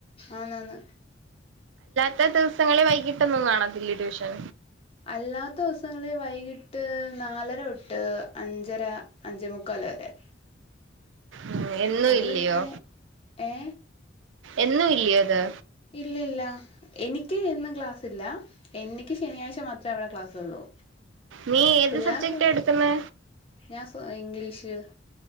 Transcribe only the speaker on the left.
ആന്നാന്ന്
അല്ലാത്ത ദിവസങ്ങളിൽ വൈകിട്ട് നാലരൊട്ട് അഞ്ചര അഞ്ചേ മുക്കാൽ വരെ
അത്
പിന്നെ ഏ
ഇല്ലില്ല എനിക്ക് എന്നും ക്ലാസില്ല, എനിക്ക് ശനിയാഴ്ച മാത്രമേ അവിടെ ക്ലാസ് ഉള്ളൂ.
പിള്ളേർക്ക്
ഞാൻ ഇംഗ്ലീഷ്